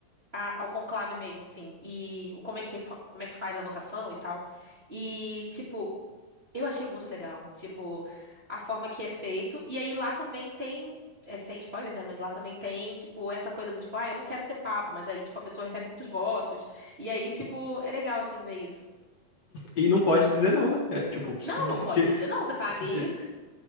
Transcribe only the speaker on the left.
E não pode dizer não, né? É, tipo,
se,
se,
ti-
se ti-